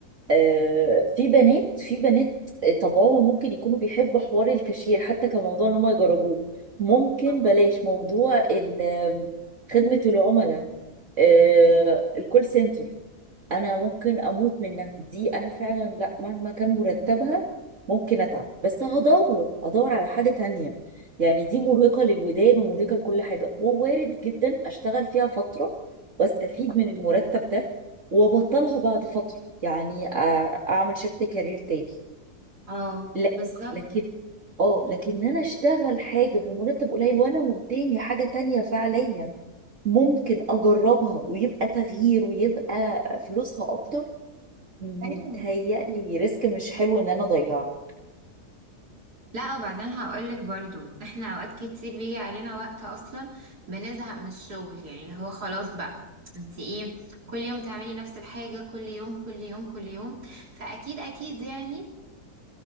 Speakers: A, on the right; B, on the right.
A: آه في بنات في بنات آه، طبعهم ممكن يكونوا بيحبوا حوار الكاشير حتى كموضوع ان هم يجربوه ممكن
B: اه
A: بلاش موضوع ال- خدمه العملاء آه الكول سنتر انا ممكن اموت منها دي انا فعلا لا مهما كان مرتبها ممكن اتعب بس هدور ادور على حاجة تانية يعني دي مرهقة للودان ومرهقة لكل حاجة ووارد جدا اشتغل فيها فترة واستفيد من المرتب ده وابطلها بعد فترة يعني أ- اعمل شيفت كارير تاني
B: اه
A: لا-
B: بس
A: لكن اه لكن انا اشتغل حاجة بمرتب قليل وانا قدامي حاجة تانية فعليا ممكن اجربها ويبقى تغيير ويبقى فلوسها اكتر متهيألي
B: ايوه
A: ريسك مش حلو ان انا اضيعه
B: لا وبعدين هقولك برضو احنا اوقات كتير بيجي علينا وقت اصلا بنزهق من الشغل يعني اللي هو خلاص بقى انت ايه كل يوم تعملي نفس الحاجة كل يوم كل يوم كل يوم فاكيد اكيد يعني